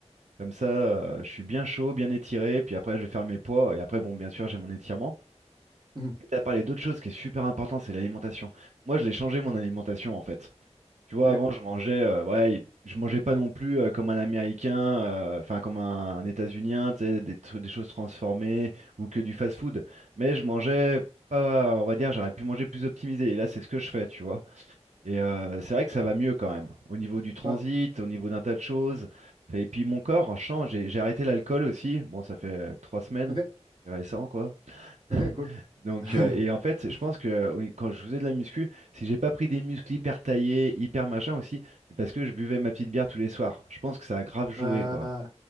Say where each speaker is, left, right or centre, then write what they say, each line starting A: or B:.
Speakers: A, on the right; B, on the right.
A: Comme ça, euh, je suis bien chaud, bien étiré, puis après, je vais faire mes poids. Et après, bon, bien sûr, j'ai mon étirement.
B: Mhm.
A: Tu as parlé d'autre chose qui est super important, c'est l'alimentation. Moi, je l'ai changé mon alimentation en fait. Tu vois,
B: OK.
A: avant, je mangeais, euh, ouais, je mangeais pas non plus euh, comme un Américain, euh, enfin comme un, États-Unien, tu sais, des, tru- des choses transformées ou que du fast-food. Mais je mangeais pas, on va dire, j'aurais pu manger plus optimisé. Et là, c'est ce que je fais, tu vois. Et euh, c'est vrai que ça va mieux quand même, au niveau du transit,
B: Ouais.
A: au niveau d'un tas de choses. Et puis mon corps change. J'ai j'ai arrêté l'alcool aussi. Bon, ça fait euh, trois semaines,
B: OK.
A: c'est récent, quoi. <laughs>
B: OK, cool.
A: Donc,
B: <laughs>
A: euh, et en fait, je pense que oui, quand je faisais de la muscu, si j'ai pas pris des muscles hyper taillés, hyper machin aussi, c'est parce que je buvais ma petite bière tous les soirs. Je pense que ça a grave joué,
B: Euh,
A: quoi.